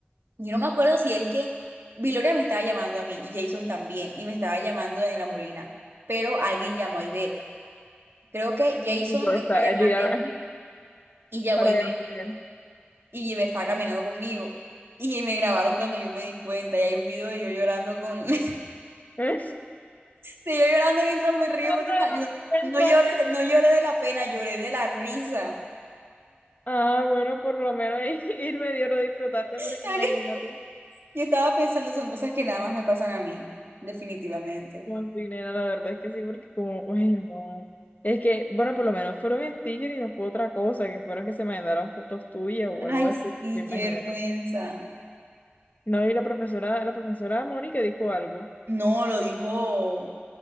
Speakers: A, on the right; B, on the left.
A: yo no me acuerdo si es que Viloria me estaba llamando a mí y Jason también, y me estaba llamando Daniela Molina, pero alguien llamó a Ivette. Creo que Jason
B: Y yo,
A: dejó
B: está,
A: de llamarme
B: dirá,
A: a mí y llamó
B: para
A: a Ivette
B: ver. si te ven.
A: y Ivette estaba caminando conmigo. Y me grabaron cuando yo me di cuenta y hay un video de yo llorando con, <laughs> de
B: <laughs>
A: yo llorando mientras me río
B: No,
A: porque
B: no,
A: estaba yo,
B: no,
A: no lloré,
B: no,
A: no lloré de la pena, lloré de la risa.
B: Ah, bueno, por lo menos <laughs> irme dio lo disfrutaste
A: <laughs>
B: porque imagínate.
A: Yo estaba pensando, son cosas que nada más me pasan a mí, definitivamente.
B: No, sí, nena, la verdad es que sí, porque como, uy, no. Es que, bueno, por lo menos fueron stickers y no fue otra cosa, que fueron que se mandaron fotos tuyas o algo
A: Ay,
B: así,
A: sí,
B: que imagínate.
A: qué vergüenza.
B: No, y la profesora, la profesora Mónica dijo algo,
A: No, lo dijo,